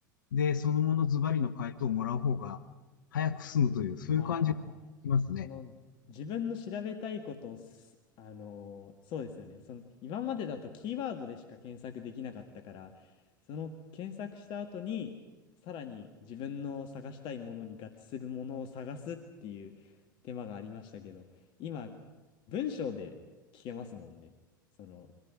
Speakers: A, on the left; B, on the left.
A: で、そのものズバリの回答をもらう方が早く済むという、そういう感じがしますね。
B: あその自分の調べたいことをす、あのーそうですよね。その今までだとキーワードでしか検索できなかったから、その検索した後に、さらに自分の探したいものに合致するものを探すっていう手間がありましたけど、今、文章で聞けますもんね。その、